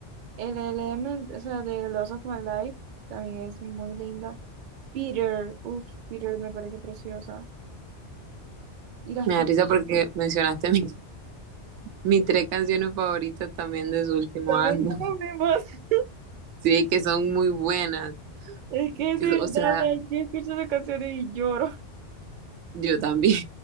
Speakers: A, on the right; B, on the right.
A: El Element, o sea, de Lost of My Life, también es muy linda. Peter, uff, Peter me parece preciosa. Y las
B: me
A: tutas
B: da risa porque mencionaste mi- <laughs> mis tres canciones favoritas también de su último
A: también
B: álbum.
A: son las
B: <laughs>
A: mismas. <laughs>
B: Sí, que son muy buenas.
A: Es que
B: Que
A: de
B: so- o sea,
A: verdad, ay, yo escucho esas canciones y lloro.
B: yo también.